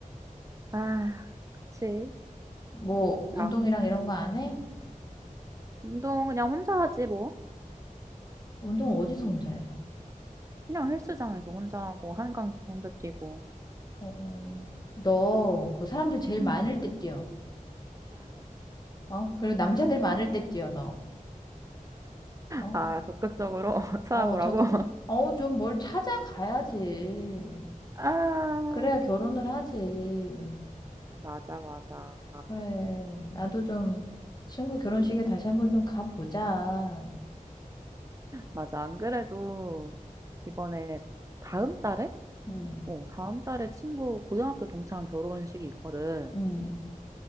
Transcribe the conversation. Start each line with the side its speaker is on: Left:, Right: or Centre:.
Right: 아, 그치.
Left: 뭐, 운동이랑
Right: 나
Left: 이런
Right: 음.
Left: 거 안 해?
Right: 운동 그냥 혼자 하지 뭐.
Left: 운동 어디서 혼자 해?
Right: 그냥 헬스장에서 혼자 하고 한강 혼자 뛰고.
Left: 어, 어. 너,
Right: 응
Left: 그 사람들 제일 많을
Right: 음음.
Left: 때 뛰어. 어? 그리고 남자들 많을 때 뛰어, 너. 어?
Right: 아 적극적으로 <laughs> 찾아보라고?
Left: 어, 적극, 어, 좀 뭘 찾아가야지.
Right: 아
Left: 그래야 결혼을 하지.
Right: 맞아, 맞아.
Left: 그래. 나도 좀 친구 결혼식에
Right: 음.
Left: 다시 한번 좀 가보자.
Right: 맞아. 안 그래도 이번에 다음 달에?
Left: 응,
Right: 어 다음 달에 친구 고등학교 동창 결혼식이 있거든.
Left: 응,